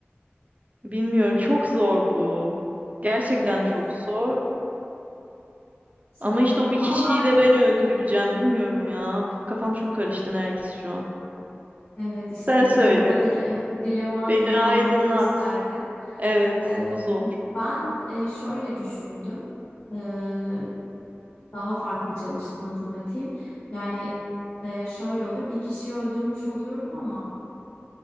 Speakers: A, on the right; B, on the left.
A: bilmiyorum çok zor bu. Gerçekten
B: Evet,
A: çok zor.
B: zor.
A: Ama işte o bir
B: Ama
A: kişiyi
B: ben
A: de ben öldüreceğim bilmiyorum ya. Kafam çok karıştı Nergis şu an.
B: evet işte
A: Sen söyle.
B: burada dile, dilema
A: Beni
B: dilemalığını
A: aydınlat.
B: gösterdi.
A: Evet,
B: Ee,
A: bu zor.
B: ben e, şöyle düşündüm. Ee, daha farklı çalıştı matematiğim. Yani e, şöyle oluyor. Bir kişiyi öldürmüş oluyorum ama